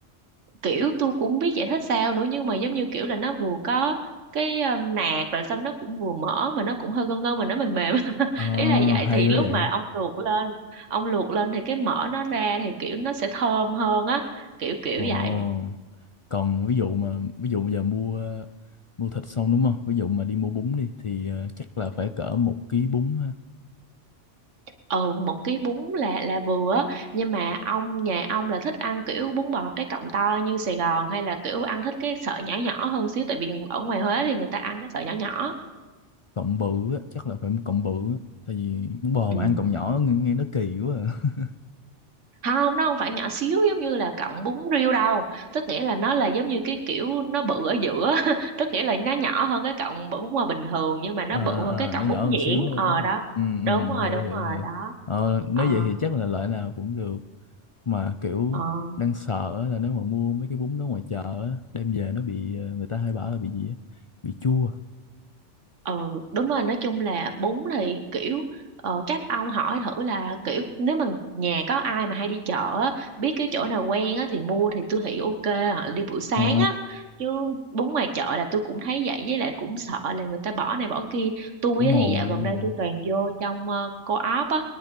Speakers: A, on the right; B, on the left.
A: kiểu tôi cũng biết giải thích sao nữa nhưng mà giống như kiểu là nó vừa có cái um, nạc rồi xong nó cũng vừa mỡ mà nó cũng hơi gân gân mà nó mềm mềm <laughs>
B: Ờ,
A: ý là vậy
B: hay
A: thì
B: quá
A: lúc
B: vậy.
A: mà ông luộc lên ông luộc lên thì cái mỡ nó ra thì kiểu nó sẽ thơm hơn á kiểu kiểu
B: Ồ.
A: vậy
B: còn ví dụ mà ví dụ bây giờ mua mua thịt xong đúng không ví dụ mà đi mua bún đi thì ờ, chắc là phải cỡ một ký bún ha
A: ừ một cái bún là là vừa á nhưng mà ông nhà ông là thích ăn kiểu bún bò cái cọng to như Sài Gòn hay là kiểu ăn thích cái sợi nhỏ nhỏ hơn xíu tại vì ở ngoài Huế thì người ta ăn cái sợi nhỏ nhỏ
B: cộng bự á, chắc là phải một cộng bự á. tại vì bún bò
A: ừ
B: mà ăn cộng nhỏ nghe, nghe nó kỳ quá à.
A: không nó không phải nhỏ xíu giống như là cọng bún riêu đâu tức nghĩa là nó là giống như cái kiểu nó bự ở giữa <laughs> tức nghĩa là nó nhỏ hơn cái cọng bún bún hoa bình thường nhưng mà nó
B: Ờ,
A: bự hơn
B: ờ,
A: cái cọng
B: nó nhỏ
A: bún nhuyễn
B: hơn xíu thôi
A: ờ
B: đúng không
A: đó
B: ừ,
A: đúng rồi
B: ừ, hiểu
A: đúng
B: hiểu
A: rồi
B: hiểu
A: đó
B: ờ, nếu
A: ờ
B: vậy thì chắc là loại nào cũng được mà kiểu
A: ờ
B: đang sợ á là nếu mà mua mấy cái bún đó ngoài chợ á, đem về nó bị ờ, người ta hay bảo là bị gì á bị chua
A: Ừ đúng rồi nói chung là bún thì kiểu ờ, các ông hỏi thử là kiểu nếu mà nhà có ai mà hay đi chợ á, biết cái chỗ nào quen á, thì mua thì tôi thấy ok hoặc là đi buổi sáng
B: ờ
A: á chứ bún ngoài chợ là tôi cũng thấy vậy với lại cũng sợ là người ta bỏ này bỏ kia tôi
B: đúng
A: á,
B: rồi
A: thì dạo
B: đúng
A: gần đây
B: rồi
A: tôi toàn vô trong ờ, co-op á